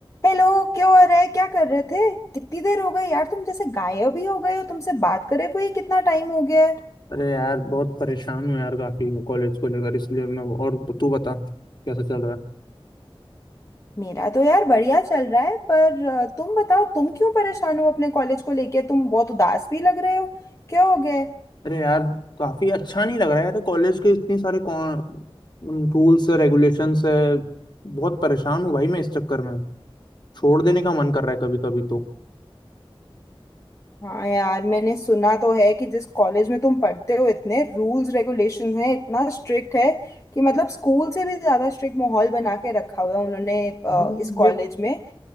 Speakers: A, on the left; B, on the left.
A: Hello क्या हो रहा है क्या कर रहे थे कितनी देर हो गई यार तुम जैसे गायब ही हो गए हो तुमसे बात करे हुए ही कितना टाइम हो गया है
B: अरे यार बहुत परेशान हूँ यार काफी कॉलेज को लेकर इसलिए मैं और तू बता कैसा चल रहा है
A: मेरा तो यार बढ़िया चल रहा है पर अ, तुम बताओ तुम क्यों परेशान हो अपने कॉलेज को लेके तुम बहुत उदास भी लग रहे हो क्या हो गया है?
B: अरे यार काफी अच्छा नहीं लग रहा है यार कॉलेज के इतने सारे कौन रूल्स है रेगुलेशंस है बहुत परेशान हूँ भाई मैं इस चक्कर में छोड़ देने का मन कर रहा है कभी कभी तो
A: हाँ यार मैंने सुना तो है कि जिस कॉलेज में तुम पढ़ते हो इतने रूल्स रेगुलेशंस हैं इतना स्ट्रिक्ट है कि मतलब स्कूल से भी ज्यादा स्ट्रिक्ट माहौल बना के रखा हुआ है उन्होंने अ,
B: भाई
A: इस
B: देख
A: कॉलेज में